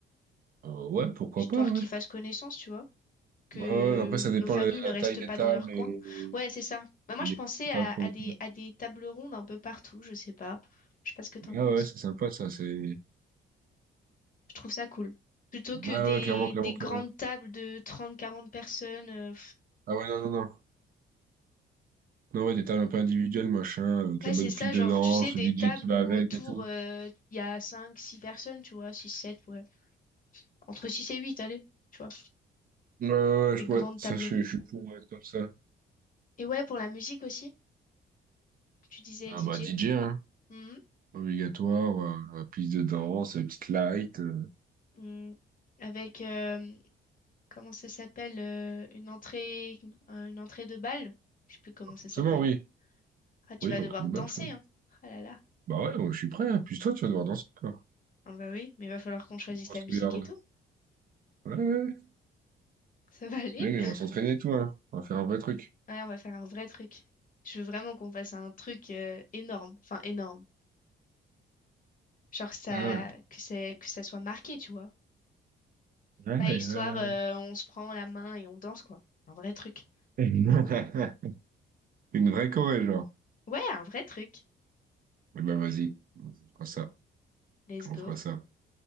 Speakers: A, on the right; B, on the left.
A: Euh, ouais, pourquoi
B: histoire
A: pas, ouais.
B: qu'ils fassent connaissance, tu vois, que
A: Ouais, ouais, après, ça dépend
B: nos familles
A: de la
B: ne restent
A: taille des
B: pas
A: tables
B: dans leur coin.
A: et,
B: Ouais, c'est ça. Bah, moi
A: et
B: je
A: les
B: pensais à,
A: tables qu'on
B: à des
A: fait.
B: à des tables rondes un peu partout, je sais pas. Je sais pas ce que t'en
A: Mais
B: penses.
A: Ah ouais, c'est sympa, ça, c'est...
B: Je trouve ça cool. Plutôt que
A: Ouais,
B: des
A: ouais, clairement, clairement,
B: des
A: clairement.
B: grandes tables de trente quarante personnes.
A: Ah ouais, non, non, non. Non, ouais, des tables un peu individuelles, machin, avec
B: Ouais,
A: la bonne
B: c'est ça,
A: pile de
B: genre,
A: danse,
B: tu sais, des
A: le DJ
B: tables
A: qui va
B: où
A: avec
B: autour,
A: et tout.
B: euh, il y a 5 6 personnes, tu vois, 6 7 ouais. Entre 6 et 8 allez, tu vois,
A: Ouais, ouais, ouais,
B: des
A: je pourrais...
B: grandes
A: Ça,
B: tables
A: je,
B: rondes.
A: je suis pour, ouais, comme ça.
B: Et ouais, pour la musique aussi, tu disais
A: Ah
B: DJ.
A: bah, DJ, hein.
B: Mhm.
A: Obligatoire, euh, la piste de danse, la petite light. euh,
B: Mhm. Avec, euh, comment ça s'appelle, euh, une entrée, une, euh, une entrée de bal? Je sais plus comment ça
A: Forcément,
B: s'appelle.
A: oui.
B: Ah, tu
A: Oui,
B: vas
A: dans
B: devoir
A: le trou de
B: danser,
A: balle, je crois.
B: hein. Ah là là.
A: Bah ouais, ouais, je suis prêt. Hein. Puis toi, tu vas devoir danser, quoi.
B: Ah bah oui, mais il va falloir qu'on choisisse
A: Grosse
B: la musique
A: trouillarde.
B: et tout.
A: Ouais, ouais, ouais.
B: Ça va aller?
A: Mais
B: <laughs>
A: on va s'entraîner et tout, hein. On va faire un vrai truc.
B: Ouais, on va faire un vrai truc. Je veux vraiment qu'on fasse un truc, euh, énorme. Enfin, énorme. Genre ça,
A: Ah ouais.
B: que c'est, que ça soit marqué, tu vois.
A: Ouais,
B: Pas
A: ouais,
B: histoire,
A: ouais,
B: euh, on se prend la main et on danse, quoi. Un vrai truc.
A: ouais. <laughs> Une vraie Corée, genre.
B: Ouais, un vrai truc.
A: Eh ben, vas-y. On fera ça.
B: Let's go.
A: On fera ça.